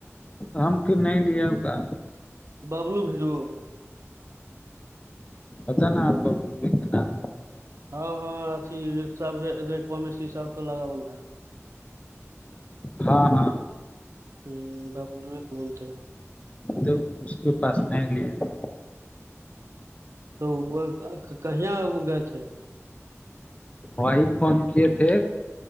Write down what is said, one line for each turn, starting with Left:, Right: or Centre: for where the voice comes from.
Left: ہم پھر نہیں لے ہوا
Right: ببلو بھییرو
Left: ات ن آپ نام
Right: ہاں ہاں اھی سب کمیشی ساب سے لگاول ہے
Left: ہاں ہاں
Right: ہ ببلو بولتے ہو
Left: تو اس کے پاس نہیں لیا
Right: تو کہیا گئے تھے
Left: وہی فون کیے تھے